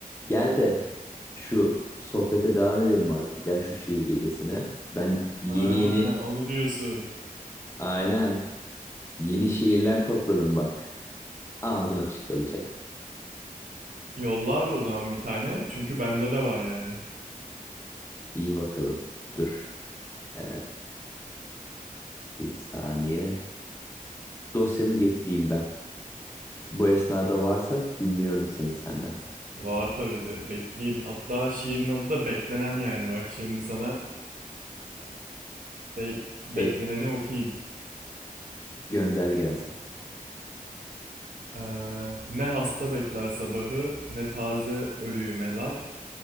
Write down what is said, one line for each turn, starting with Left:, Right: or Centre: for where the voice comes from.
Left: Gel de şu sohbete devam edelim artık ya şu şiir gecesine. Ben yeni
Right: Ha,
Left: yeni
Right: onu diyorsun.
Left: aynen yeni şiirler topladım bak. Ağzın açık kalacak.
Right: Yolla abi o zaman bir tane. Çünkü bende de var yani.
Left: İyi bakalım. Dur. Ee, bir saniye. Dosyamı getireyim ben. Bu esnada varsa dinliyorum seni senden.
Right: Var tabii de bekleyeyim. Hatta şiirin adı da beklenen yani. Bak şimdi sana şey bekleneni
Left: Ve
Right: okuyayım.
Left: gönder gelsin.
Right: Ee, ne hasta bekler sabahı, ne taze ölüyü mezar,